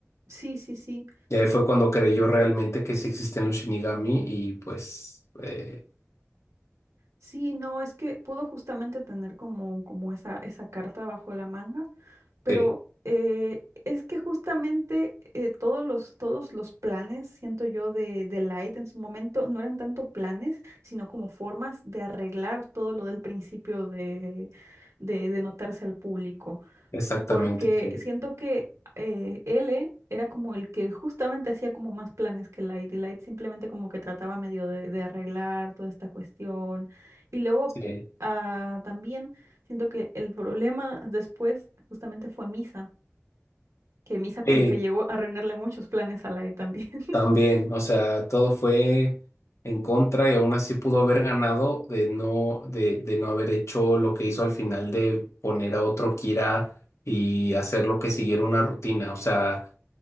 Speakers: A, on the right; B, on the left.
A: Sí, sí, sí.
B: Y ahí fue cuando creyó realmente que sí existen los Shinigami y pues eh,
A: Sí, no, es que pudo justamente tener como, como esa, esa carta bajo la manga, pero
B: sí,
A: eh, es que justamente eh, todos los, todos los planes, siento yo, de, de Light en su momento no eran tanto planes, sino como formas de arreglar todo lo del principio de, de, de notarse al público
B: exactamente,
A: porque
B: sí.
A: siento que eh, L era como el que justamente hacía como más planes que Light, y Light simplemente como que trataba medio de, de arreglar toda esta cuestión. Y luego
B: Sí.
A: ah, también siento que el problema después justamente fue Misa, que Misa como
B: Sí,
A: que llegó a arruinarle muchos planes a Light también. <laughs>
B: También, o sea, todo fue en contra y aún así pudo haber ganado de no, de, de no haber hecho lo que hizo al final de poner a otro Kira y hacer lo que siguiera una rutina. O sea,